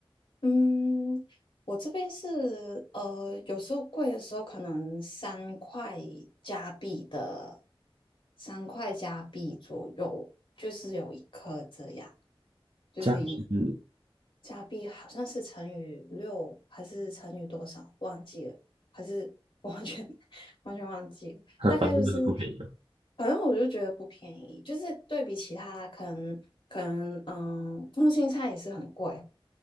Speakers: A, on the left; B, on the right.
A: 嗯，我这边是呃，有时候贵的时候可能三块加币的，三块加币左右，就是有一颗这样，就是一
B: 价格是，<laughs>
A: 加币好像是乘以六还是乘以多少忘记了，还是我完全 <laughs> 完全忘记了，大概就是，
B: 反正就是不便宜了。
A: 反正我就觉得不便宜，就是对比其他可能可能嗯，通心菜也是很贵。